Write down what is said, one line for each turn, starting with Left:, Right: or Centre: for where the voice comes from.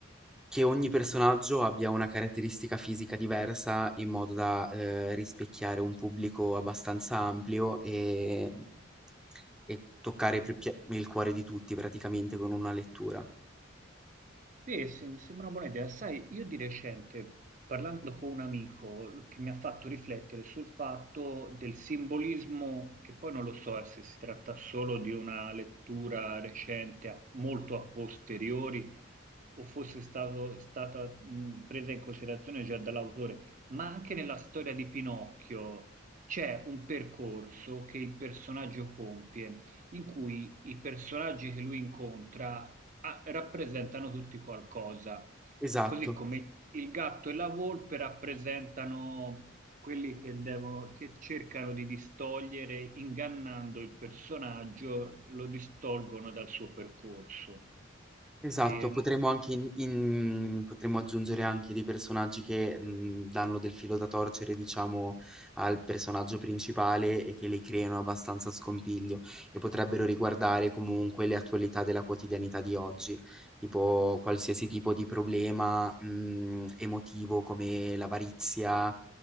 Centre: che ogni personaggio abbia una caratteristica fisica diversa in modo da, ehm, rispecchiare un pubblico abbastanza ampio e mhmm, e toccare più pie il cuore di tutti praticamente con una lettura.
Right: Sì, sì, mi sembra una buona idea. Sai, io di recente, parlando con un amico, che mi ha fatto riflettere sul fatto del simbolismo, che poi non lo so eh, se si tratta solo di una lettura recente, a- molto a posteriori, o fosse stato- stata mh, presa in considerazione già dall'autore, ma anche nella storia di Pinocchio c'è un percorso che il personaggio compie in cui i personaggi che lui incontra ah, rappresentano tutti qualcosa,
Centre: Esatto.
Right: così come il gatto e la volpe rappresentano quelli che, devono, che cercano di distogliere, ingannando il personaggio, lo distolgono dal suo percorso.
Centre: Esatto,
Right: E
Centre: potremmo anche in in potremmo aggiungere anche dei personaggi che, mhmm, danno del filo da torcere, diciamo, al personaggio principale e che le creano abbastanza scompiglio e potrebbero riguardare comunque le attualità della quotidianità di oggi, tipo qualsiasi tipo di problema, mhmm, emotivo come l'avarizia,